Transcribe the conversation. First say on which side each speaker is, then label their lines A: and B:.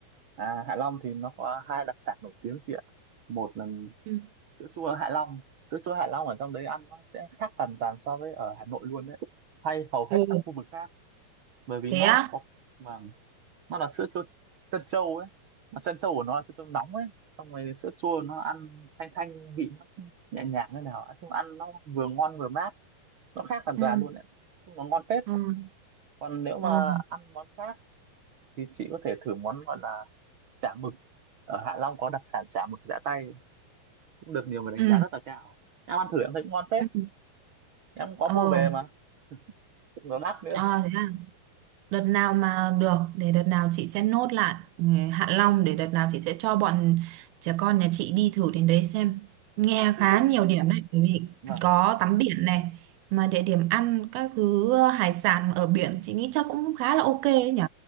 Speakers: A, on the right; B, on the right.
A: à Hạ Long thì nó có hai đặc sản nổi tiếng chị ạ một là
B: Ừ.
A: sữa chua Hạ Long sữa chua Hạ Long ở trong đấy ăn nó sẽ khác hoàn toàn so với ở Hà Nội luôn đấy hay hầu
B: Ồ,
A: hết các khu vực khác bởi vì
B: thế
A: nó
B: á?
A: có mà nó là sữa chua trân châu ấy mà trân châu của nó là trân châu nóng ấy xong rồi sữa chua nó ăn thanh thanh vị nó nhẹ nhàng như nào nói chung ăn nó vừa ngon vừa mát nó khác hoàn
B: Ừ.
A: toàn luôn đấy Nói chung nó ngon phết
B: Ừ,
A: còn nếu mà
B: ừ,
A: ăn món khác thì chị có thể thử món gọi là chả mực ở Hạ Long có đặc sản chả mực giã tay cũng được nhiều người đánh
B: ừ,
A: giá rất là cao em ăn thử em thấy cũng ngon phết
B: ừ,
A: em có
B: ờ,
A: mua về mà cũng nó đắt nữa
B: à, thế à? đợt nào mà được để đợt nào chị sẽ nốt lại ừ, Hạ Long để đợt nào chị sẽ cho bọn trẻ con nhà chị đi thử đến đấy xem nghe
A: thế Phú
B: khá
A: Yên
B: nhiều điểm đấy bởi vì
A: mà
B: có tắm biển này mà địa điểm ăn các thứ ờ, hải sản ở biển chị nghĩ chắc cũng khá là ok ấy nhỉ